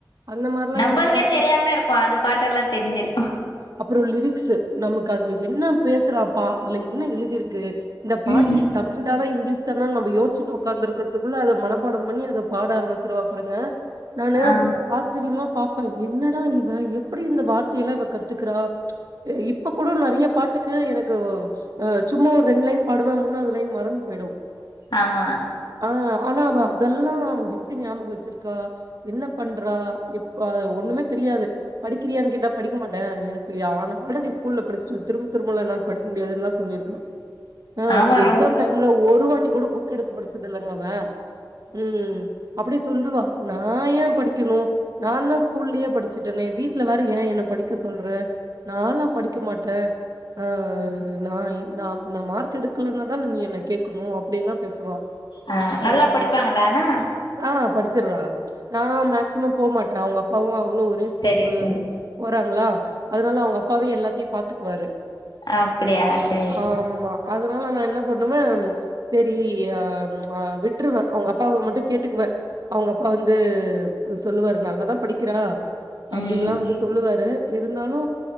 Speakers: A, on the right; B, on the left.
A: அந்த மாரிலா
B: நம்பளுக்கே
A: இருந்தா
B: தெரியாமே இருக்கு அது பாட்டு எல்லா தெரிஞ்சிரு
A: அப்புற லிரிக்ஸ் நமக்கு அதுல என்ன பேசுறான்ப்பா அதுல என்ன எழுதிருக்கு இந்த பாட்டு
B: ம்
A: தமிழ் தானா இங்கிலீஷ் தானான்னு நம யோசிச்சுட்டு உக்காந்துருக்கதுக்குள்ள அத மனப்பாடம் பண்ணி அத பாட ஆரம்பிச்சுருவா பாருங்க நானு
B: ஆ
A: ஆச் சரியமா பாப்பே என்னடா இவ எப்டி இந்த வார்த்தையெல்லா இவ கத்துக்குறா இப்ப கூட நெறைய பாட்டுக்கு எனக்குவ் அ சும்மா ஒரு ரெண்டு லைன் பாடுவே மூனாவது லைன் மறந்து போயுடு
B: ஆமா
A: ஆ ஆனா அவ அதெல்லா எப்டி ஞாபகோ வச்சிருக்கா என்ன பண்றா எப்பா ஒன்னுமே தெரியாது படிக்கிறியான்னு கேட்டா படிக்க மாட்டே எனக்கு யா நா ஆல்ரெடி ஸ்கூல்ல படிச்சிட்டே திரும்ப திரும்பலா என்னால படிக்க முடியாதுன்லா சொல்லிருக்கா அ
B: ஆமா
A: எக்ஸாம்
B: ரொம்
A: டைம் ல ஒரு வாட்டி கூட புக் எடுத்து படிச்சது இல்லைங்க அவே ம் அப்டி சொல்லுவா நா ஏ படிக்கணு நான்ல்லா ஸ்கூல்லயே படிச்சுட்டனே வீட்ல வேற ஏ என்ன படிக்க சொல்ற நால்லா படிக்க மாட்டே ஆ நா எ நா நா மார்க் எடுக்கலனா தான நீ என்ன கேக்கணு அப்டி எல்லா பேசுவா
B: ஆ நல்லா
A: ஆ
B: படிப்பாங்களா ஆனா
A: ஆ படிச்சிறா நா மேக்சிமம் போமாட்டே அவங்க அப்பாவு அவளு ஒரே ஸ்கூலுக்கு
B: சரி சரி
A: போறாங்களா அதனால அவங்க அப்பாவே எல்லாத்தையு பாத்துக்குவாரு
B: அப்படியா சரி
A: ஆமா அதனால நா என்ன பண்ணுவே சரி ஆ ஆ விட்ருவே அவங்க அப்பாவ மட்டு கேட்டுக்குவே அவங்க அப்பா வந்து சொல்லுவாரு நல்லாதா படிக்கிறா
B: ம்
A: அப்டின்ல்லா வந்து சொல்லுவாரு இருந்தாலு